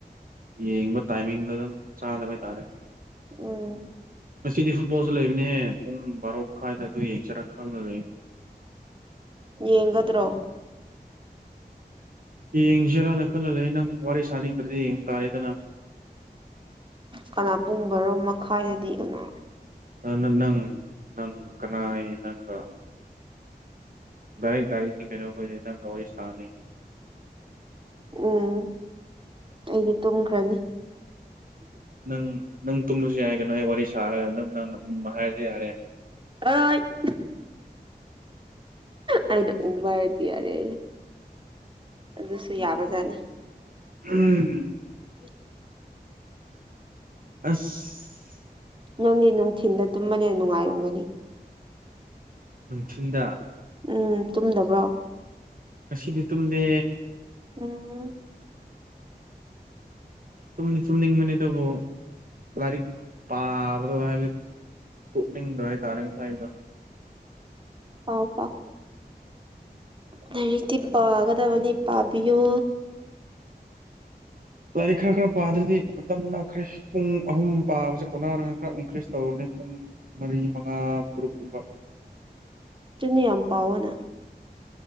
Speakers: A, on the right (about 60°); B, on the right (about 30°).
A: ꯌꯦꯡꯕ ꯇꯥꯏꯃꯤꯡꯗ ꯑꯗꯨꯝ ꯆꯥꯗꯕ ꯍꯥꯏꯇꯥꯥꯔꯦ
B: ꯎꯝ
A: ꯉꯁꯤꯗꯤ ꯐꯨꯠꯕꯣꯜꯁꯨ ꯂꯩꯕꯅꯦ ꯄꯨꯡ ꯕꯥꯔꯣ ꯃꯈꯥꯏꯗ ꯑꯗꯥꯏꯗꯨ ꯌꯦꯡꯁꯤꯔꯥ ꯈꯜꯂ ꯂꯩ
B: ꯌꯦꯡꯒꯗ꯭ꯔꯣ
A: ꯌꯦꯡꯁꯤꯔꯥꯅ ꯈꯜꯂ ꯂꯩ ꯅꯪ ꯋꯥꯔꯤ ꯁꯥꯅꯤꯡꯗ꯭ꯔꯗꯤ ꯌꯦꯡ ꯇꯥꯔꯦꯗꯅ
B: ꯀꯅꯥ ꯄꯨꯡꯕꯔꯣ ꯃꯈꯥꯏꯗꯗꯤ ꯀꯥꯅꯥ
A: ꯅꯅ ꯅꯪ ꯅꯪ ꯀꯅꯥꯏ ꯅꯪꯒ ꯗꯥꯏꯔꯦꯛ ꯗꯥꯏꯔꯦꯛꯗꯤ ꯀꯩꯅꯣ ꯑꯩꯈꯣꯏꯗꯤ ꯅꯪꯒ ꯋꯥꯔꯤ ꯁꯥꯅꯤ
B: ꯎꯝ ꯑꯩꯗꯤ ꯇꯨꯝꯈ꯭ꯔꯅꯤ
A: ꯅꯪ ꯅꯪ ꯇꯨꯝꯃꯁꯨ ꯌꯥꯏ ꯀꯅꯣ ꯑꯩ ꯋꯥꯔꯤ ꯁꯥꯔꯒ ꯑꯗꯨꯝ ꯅꯪꯅ ꯎꯝ ꯍꯥꯏꯔꯗꯤ ꯌꯥꯔꯦ
B: <unintelligible> ꯑꯩꯅ ꯎꯝ ꯍꯥꯏꯔ ꯌꯥꯔꯦ ꯑꯗꯨꯁꯨ ꯌꯥꯕꯖꯥꯠꯅꯤ
A: <unintelligible>
B: <inaudible>
A: ꯑꯁ
B: ꯅꯪꯗꯤ ꯅꯨꯡꯊꯤꯟꯗ ꯇꯨꯝꯕꯅꯦꯅ ꯅꯨꯡꯉꯥꯏꯔꯝꯒꯅꯤ
A: ꯅꯨꯡꯊꯤꯟꯗ
B: ꯎꯝ ꯇꯨꯝꯗꯕ꯭ꯔꯣ
A: ꯉꯁꯤꯗꯤ ꯇꯨꯝꯗꯦ
B: ꯎꯝ
A: ꯇꯨꯝꯗꯤ ꯇꯨꯝꯅꯤꯡꯕꯅꯦ ꯑꯗꯨꯕꯨ ꯂꯥꯏꯔꯤꯛ ꯄꯥꯕꯗꯣ ꯍꯥꯏꯕꯗꯤ ꯇꯣꯛꯅꯤꯡꯗ꯭ꯔ ꯍꯥꯏꯇꯥꯔꯦ ꯉꯁꯥꯏꯗꯣ
B: ꯄꯎ ꯄꯎ ꯂꯥꯏꯔꯤꯛꯇꯤ ꯄꯥꯒꯗꯕꯅꯤ ꯄꯥꯕꯤꯌꯨ
A: ꯂꯥꯏꯔꯤꯛ ꯈꯔ ꯈꯔ ꯄꯥꯗ꯭ꯔꯗꯤ ꯃꯇꯝ ꯂꯛꯈꯔꯦ ꯄꯨꯡ ꯑꯍꯨꯝ ꯄꯥꯕꯁꯦ ꯀꯣꯟꯅꯥꯔ ꯈꯔ ꯏꯟꯀ꯭ꯔꯤꯁ ꯇꯧꯔꯅꯤ ꯄꯨꯡ ꯃꯔꯤ ꯃꯉꯥ ꯇꯔꯨꯛ ꯀꯨꯝꯕ
B: ꯗꯨꯅꯤ ꯌꯥꯝ ꯄꯥꯎꯑꯣꯅ